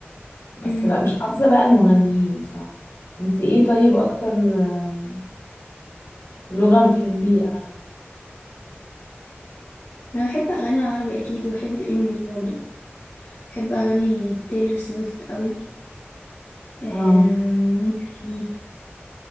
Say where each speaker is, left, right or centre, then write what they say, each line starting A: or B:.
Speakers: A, on the left; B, on the left.
A: بس
B: امم
A: لا مش حافظه بقى المغنيين بصراحه انت ايه طيب اكتر آه، لغه بتحبي اغاني
B: انا بحب اغاني العربي اكيد وبحب الانجليش برضو بحب اغاني تايلور سويفت قوي آه
A: اه
B: ومين تاني